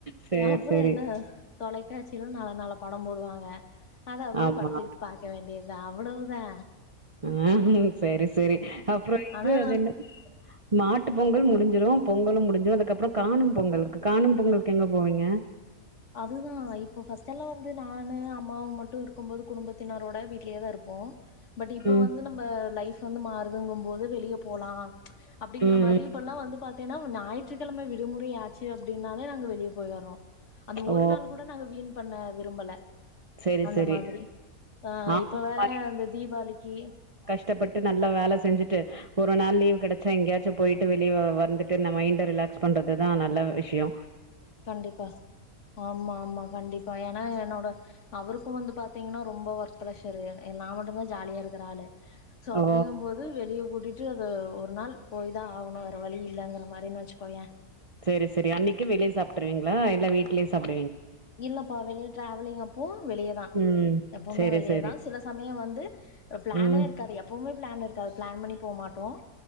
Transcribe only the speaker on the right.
சேர்
சேரி
ஆமா
ம் ஹு சரி சரி அப்பறோ இது
அது என்னது மாட்டு பொங்கல் முடிஞ்சிரு பொங்கலு முடிஞ்சிடு அதுக்கப்றோ காணும் பொங்கல் காணு பொங்கலுக்கு எங்க போவீங்க
ம்,
ம்,
ம்.
ஓ!
சரி,
சரி.
ஆமா.
ட்டப்பட்டு நல்லா வேலைசெஞ்சுட்டு ஒரு நாள் லீவ் கெடச்சா எங்கேயாச்சு போயிட்டு வெளிய வந்துட்டு ந மைண்ட ரிலாக்ஸ் பண்றதுதா நல்ல விஷிய
ஓ!
சேரி சரி அன்னக்கு வெளிய சாப்ட்ருவீங்களா இல்லா வீட்டுலயே சாப்
ம்.
சரி,
சரி.
ம்,